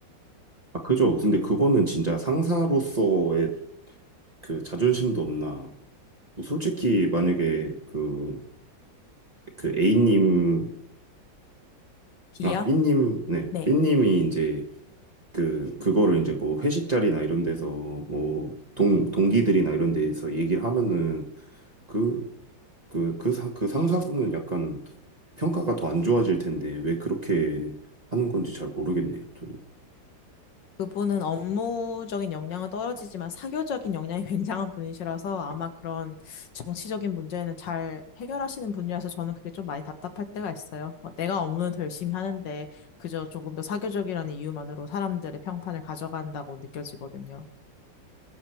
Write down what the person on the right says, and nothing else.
아, 그죠. 근데 그거는 진짜 상사로서의 그 자존심도 없나. 뭐 솔직히 만약에 그, 그 A님,
아, B님, 네,
B님이 이제 그, 그거를 이제 뭐 회식 자리나 이런 데서 뭐 동, 동기들이나 이런 데서 얘기를 하면은 그 그, 그, 사, 그 상사분은 약간 평가가 더 안 좋아질 텐데 왜 그렇게 하는 건지 잘 모르겠네요. 저는.
아,